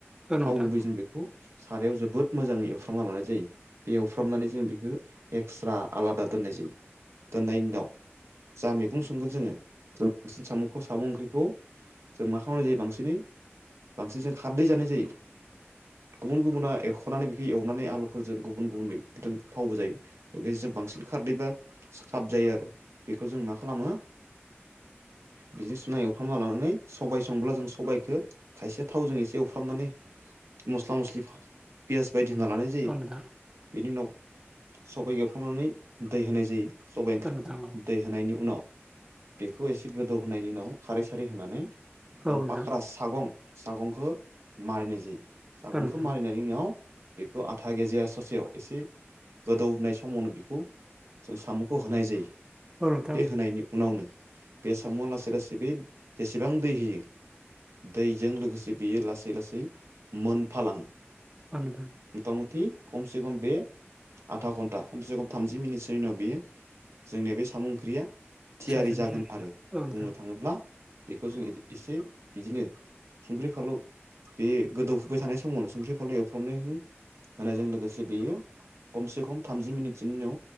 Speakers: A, on the right; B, on the right.
A: औ नोंथां
B: थाव गुबैजों बेखौ सारायाव जोबोद मोजाङै एवफ्रामना लानाय जायो । बे एवफ्रामनानै जों बेखौ एक्सट्रा आलादा दोननाय जायो दोननायनि उनाव जा मैगं संगोन जोङो बांसिन साम'खौ साम' ओंख्रिखौ जों मा खालामनाय जायो बांसिनै बांसिन जों खारदै जानाय जायो । गुबुन गुबुना एरख'नानै बेखौ एवनानै आलुफोरजों गुबुन गुबुन बेफोरजों थावबो जायो । बांसिन खारदैबा खाब जायो आरो बेखौ जों मा खालामो बिदि सुना एवफ्रामना लानानै सबाय संब्ला जों सबाइखौ खायसे थावजों एसे एवफ्रामनानै मस्ला मसलि पियास बायदि होना लानाय जायो
A: औ नोंथां
B: बेनि उनाव सबाय एवफ्रांनानै दै होनाय जायो । सबाइ ओंख्रिखौ
A: औ नोंथां औ
B: दै होनायनि उनाव बेखौ एसे गोदौ होनायनि उनाव खारै सारै होनानै जों
A: औ नोंथां
B: पाक्रास सागं सागंखो मारिनाय जायो सागंखौ
A: औ नोंथां
B: मारिनायनि उनाव बेखौ आथा गेजाया ससेयाव एसे गोदौनाय समावनो बिखौ जों साम'खौ होनाय जायो
A: औ नोंथां
B: बे होनायनि उनावनो बे साम'आ लासै लासै बे जेसेबां दै होयो दैजों लोगोसे बियो लासै लासै मोनफालाङो ।
A: औ नोंथां
B: मटामटि कमसे कम बे आधा घन्टा खमसे खम थामजि मिनिटसोनि उनाव बेयो जोंनि बे साम' ओंख्रिया थियारि
A: फिसाजोनिसो
B: जागोन आरो
A: औ नोंथां
B: बुंनो थाङोब्ला बेखौ जों एसे बिदिनो संख्रि फानलौ बे गोदौफुबाय थानाय समावनो संख्रि फानलौ एवफ्रामनाय होनायजों लोगोसे बेयो खमसे खम थामजि मिनिटसिनोनि